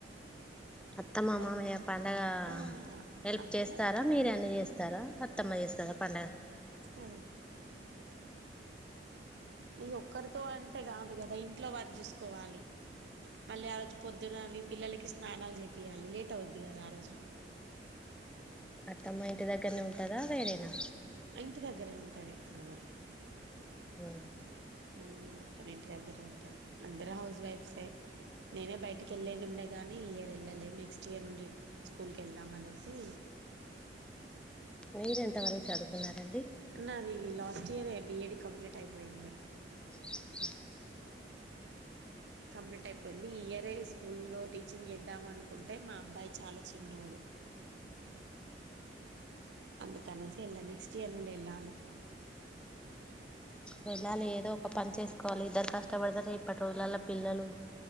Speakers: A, in the centre; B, on the right.
A: అత్తమామమయ
B: అందరం
A: పండగ
B: ఆ
A: హెల్ప్
B: అత్మ
A: చేస్తారా మీరే అన్న చేస్తారా అత్తమ్మ చేస్తారా పండగ
B: ది ఈ ఒక్కరితో అంటే కాదు కదా ఇంట్లో వర్క్ చూసుకోవాలి మళ్ళీ ఆ రోజు పొద్దునవి పిల్లలకి స్నానాలు చేపియాలి లేట్ అవుద్ది కదా ఆ రోజు
A: అత్తమ్మ ఇంటి దగ్గరనే ఉంటదా వేరేనా
B: ఇంటి దగ్గరే ఉంటది ఆమె
A: హ
B: ఆ తాను ఇంటి దగ్గరే ఉంటది అందరు హౌస్ వైఫ్సే నేనే బయటికి వెళ్ళేది ఉండే కానీ ఈ ఇయర్ వెళ్ళలే నెక్స్ట్ ఇయర్ నుండి స్కూల్కి వెళ్దామనేసి
A: మీరు ఎంతవరకు చదువుకున్నారండి
B: నాది last year D E D complete అయిపోయింది
A: స
B: కంప్లీట్ అయిపోయింది ఈ ఇయర్ స్కూల్లో టీచింగ్ చేదాం అనుకుంటే మా అబ్బాయి చాలా చిన్నోడు అందుకనేసి వెళ్ళాలే నెక్స్ట్ ఇయర్ నుండి వెళ్ళాలి
A: వెళ్ళాలి ఏదో ఒక పని చేసుకోవాలి ఇద్దరు కష్టపడతారు ఇప్పటి రోజులలో పిల్లలు